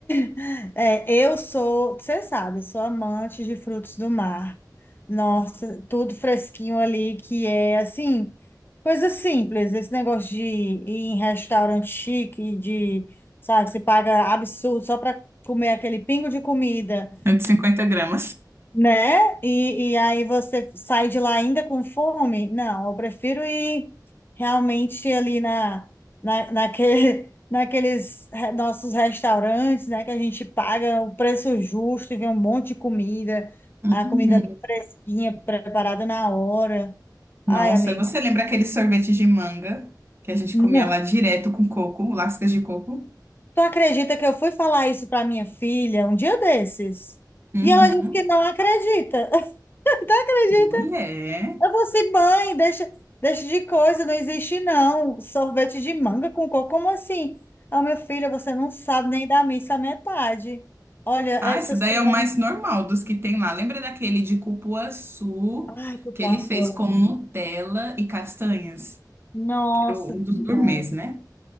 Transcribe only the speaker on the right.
cento e cinquenta gramas.
Uhum.
Nossa,
você lembra aquele sorvete de manga que a gente
comia lá direto com coco, lascas de coco?
Uhum.
Mulher.
Ah,
esse daí
é o mais normal dos que tem lá. Lembra daquele de cupuaçu
que ele fez
com
Nutella e castanhas?
Que era um dos
gourmets, né?